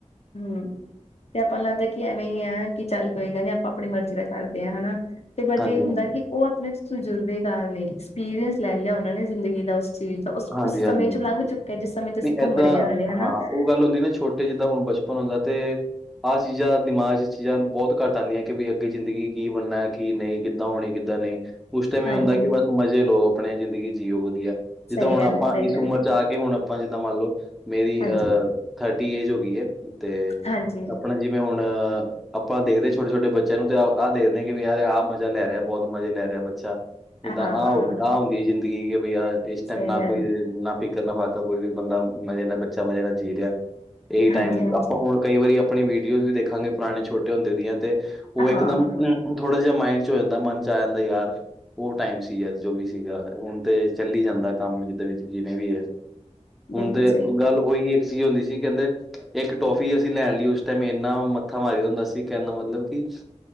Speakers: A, on the left; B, in the centre.
A: ਹਮ ਤੇ ਆਪਾਂ ਨੂੰ ਲਗਦਾ ਕਿ ਐਵੇਂ ਹੀ ਹੈ ਕਿ ਚਲ ਕੋਈ ਗੱਲ ਨੀ ਆਪਾ ਆਪਣੀ ਮਰਜ਼ੀ ਦਾ ਕਰਦੇ ਹਾਂ ਹਨਾ? ਤੇ ਬਟ
B: ਹਾਂਜੀ,
A: ਇਹ ਹੁੰਦਾ
B: ਹਾਂਜੀ।
A: ਕਿ- <inaudible> ਉਹ ਆਪਣੇ ਤਜ਼ੁਰਬੇਕਾਰ ਨੇ ਐਕਸਪੀਰੀਅੰਸ ਲੈ ਲਿਆ ਉਹਨਾਂ ਨੇ ਜ਼ਿੰਦਗੀ ਦਾ ਉਸ ਚੀਜ਼ ਦਾ ਉਸ
B: ਹਾਂਜੀ,
A: ਉਸ
B: ਹਾਂਜੀ।
A: ਸਮੇਂ ਚੋਂ ਲੰਘ ਚੁਕੇ ਜਿਸ ਸਮੇਂ ਚ ਅਸੀ
B: ਨਹੀਂ
A: ਘੁੰਮ
B: ਏਦਾਂ
A: ਰਹੇ ਹਾਂ ਹਲੇ ਹਨਾ ਓ
B: ਗੱਲ ਹੁੰਦੀ ਨਾ ਛੋਟੇ ਜਿਦਾ ਹੁਣ ਬਚਪਨ ਹੁੰਦਾ ਤੇ ਆਹ ਚੀਜਾ ਦਿਮਾਗ ਚ ਚੀਜਾ ਬਹੁਤ ਘੱਟ ਆਂਦੀ ਕਿ ਵੀ ਅੱਗੇ ਜ਼ਿੰਦਗੀ ਕੀ ਬਣਨਾ ਐ ਕੀ ਨਹੀ ਕਿਦਾ ਹੋਣੀ ਕਿਦਾ ਨਹੀਂ ਉਸ ਟਾਈਮ ਇਹ
A: ਹਾਂਜੀ
B: ਹੁੰਦਾ ਕਿ ਬਸ ਮਜ਼ੇ ਲੋ ਆਪਣੇ ਜ਼ਿੰਦਗੀ ਜਿਉ ਵਦੀਆ। ਜਿਦਾ
A: ਸਹੀ
B: ਹੁਣ
A: ਗੱਲ
B: ਆਪਾਂ
A: ਹੈ ਸਹੀ
B: ਇਸ
A: ਗੱਲ
B: ਉਮਰ
A: ਹੈ।
B: ਚ ਆ ਕਿ ਹੁਣ ਆਪਾਂ ਜਿਦਾ ਮੰਨ ਲਓ ਮੇਰੀ
A: ਹਾਂਜੀ
B: ਅ ਥਰਟੀ ਏਜ ਹੋ ਗਈ ਹੈ ਤੇ
A: ਹਾਂਜੀ
B: ਆਪਣੇ ਜਿਵੇ ਹੁਣ ਆਪਾਂ ਦੇਖਦੇ ਛੋਟੇ- ਛੋਟੇ ਬੱਚੇ ਨੂੰ ਤੇ ਆ ਆਹ ਦੇਖਦੇ ਕਿ ਵੀ ਯਾਰ ਆਹ ਮਜ਼ਾ ਲੈ ਰਿਹਾ ਬਹੁਤ ਮਜ਼ੇ ਲੈ ਰਿਹਾ ਬੱਚਾ। ਜਿਦਾਂ
A: ਹਾਂ
B: ਆਹ ਹੂੰ ਆਹ ਹੁੰਦੀ ਜ਼ਿੰਦਗੀ ਕਿ ਬਈ ਇਸ
A: ਸਹੀ
B: ਟਾਈਮ ਨਾ
A: ਗੱਲ
B: ਕੋਈ
A: ਹੈ।
B: ਨਾ ਫ਼ਿਕਰ ਨਾ ਫਾਕਾ ਕੋਈ ਵੀ ਬੰਦਾ ਮਜ਼ੇ ਨਾਲ ਬੱਚਾ ਮਜੇ ਨਾਲ ਜੀ ਰੀਐ ਇਹੀ
A: ਹਾਂਜੀ
B: ਟਾਈਮ
A: ਹਾਂਜੀ
B: ਆਪਾ ਹੁਣ ਕਈ ਵਰੀ ਆਪਣੀ ਵੀਡੀਓਜ਼ ਵੀ ਦੇਖਾਂਗੇ ਪੁਰਾਣੇ ਛੋਟੇ ਹੁੰਦੇ ਦੀਆਂ ਤੇ ਉਹ
A: ਹਾਂ
B: ਇਕਦਮ
A: ਹਾਂ
B: ਥੋੜਾ ਜਿਹਾ ਮਾਈਡ 'ਚ ਹੋ ਜਾਂਦਾ ਮਨ ਚ ਆ ਜਾਂਦਾ ਹੈ ਯਾਰ ਉਹ ਟਾਈਮ ਸੀਗਾ ਜੋ ਵੀ ਸੀਗਾ ਹੁਣ ਤੇ ਚਲੀ ਜਾਂਦਾ ਏ ਕੰਮ ਜਿਦਾ ਵਿਚ ਜਿਵੇ ਵੀ ਹੈ
A: ਬਿਲਕੁਲ
B: ਹੁਣ ਤੇ
A: ਸਹੀ
B: ਗੱਲ ਉਹੀ ਇਕ ਚੀਜ਼ ਹੁੰਦੀ ਸੀ ਕਹਿੰਦੇ ਇਕ ਟੋਫੀ ਅਸੀ ਲੈਣ ਲਈ ਉਸ ਟਾਈਮ ਐਨਾ ਮਥਾ ਮਾਰੀ ਦਾ ਹੁੰਦਾ ਸੀ ਕੇਹਂਦਾ ਮਤਲਬ ਕਿ